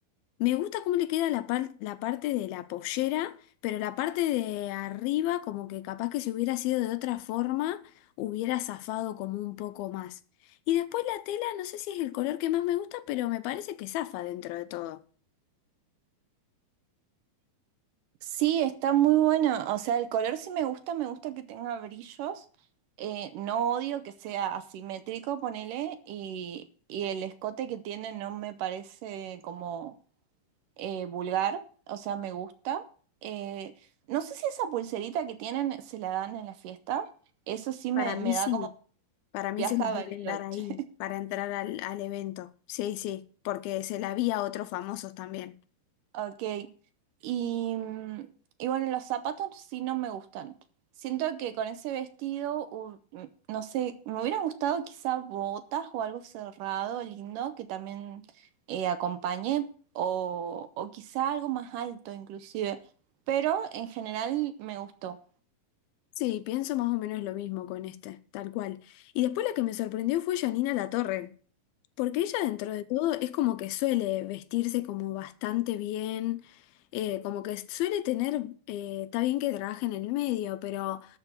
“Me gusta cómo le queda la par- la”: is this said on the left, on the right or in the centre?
Left